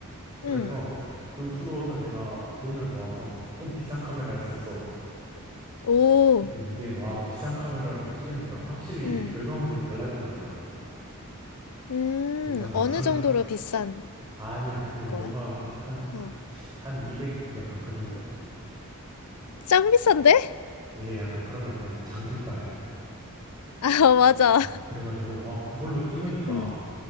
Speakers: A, on the right (about 20°); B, on the left (about 85°).
A: 그래서
B: 음.
A: 그 후로는 내가 돈을 모아서 좀 비싼 카메라를 샀어.
B: 오.
A: 근데 이게 와 비싼 카메라로 찍으니까 확실히
B: 음.
A: 결과물이 달라지는 거야.
B: 음.
A: 있잖아
B: 어느
A: 장
B: 정도로 비싼
A: 아니야 근데
B: 거야?
A: 너가 한한
B: 어.
A: 200 약간 그 정도?
B: 짱 비싼데?
A: 이게 약간 그런 거 있잖아 장비빨.
B: <laughs> 아, 맞아.
A: 어, 그래가지고 아 그걸로 찍으니까
B: 음.